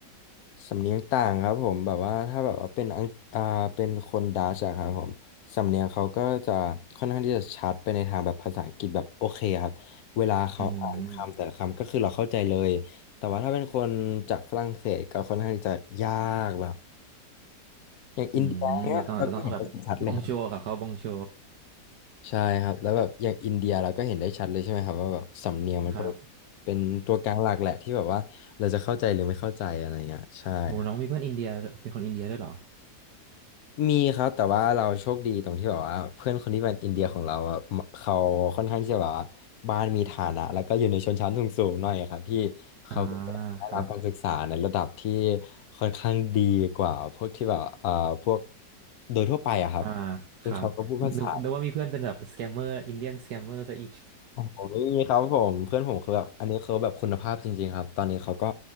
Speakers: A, on the left; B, on the right.
A: สำเนียงต่างครับผมแบบว่าถ้าแบบว่าเป็นอังอ่าเป็นคนดัชอะครับผมสำเนียงเขาก็จะค่อนข้างที่จะชัดไปในทางแบบภาษาอังกฤษแบบโอเคครับเวลาเขาอ่านคำแต่ละคำก็คือเราเข้าใจเลยแต่ว่าถ้าเป็นคนจากฝรั่งเศสก็ค่อนข้างที่จะยากแบบ
B: อืม
A: อย่างอินเดียเนี้ยเราก็เห็นได้ชัดเลย
B: อืมเราต้องเราต้องแบบบองโชกับเขาบองโช
A: ใช่ครับแล้วแบบอย่างอินเดียเราก็เห็นได้ชัดเลยใช่ไหมครับว่าแบบสำเนียงมันก็
B: ครับ
A: เป็นตัวกลางหลักแหละที่แบบว่าเราจะเข้าใจหรือไม่เข้าใจอะไรเงี้ยใช่ครับ
B: โอ้น้องมีเพื่อนอินเดียเป็นคนอินเดียด้วยเหรอ
A: มีครับแต่ว่าเราโชคดีตรงที่แบบว่าเพื่อนคนที่เป็นอินเดียของเราอะเขาค่อนข้างที่จะแบบว่าบ้านมีฐานะแล้วก็อยู่ในชนชั้นสูงๆหน่อยอะครับพี่เขาก็ได้รับการศึกษาในระดับที่
B: อ่าครับ
A: ค่อนข้างดีกว่าพวกที่แบบเอ่อพวกโดยทั่วไปอะครับ
B: อ่า
A: ซึ่งเขาก็พูดภาษา
B: ครับนึกนึกว่ามีเพื่อนเป็นแบบสแกมเมอร์อินเดียนสแกมเมอร์ซะอีก
A: โอ้โหไม่มีครับผมเพื่อนผมคือแบบอันนี้เขาแบบคุณภาพจริงๆครับตอนนี้เขาก็